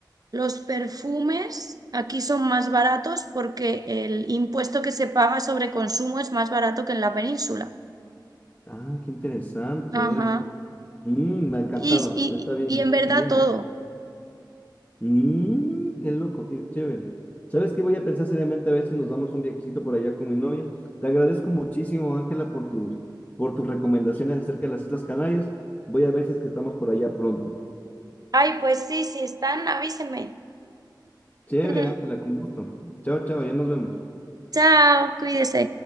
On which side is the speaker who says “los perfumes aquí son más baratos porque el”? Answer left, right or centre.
Right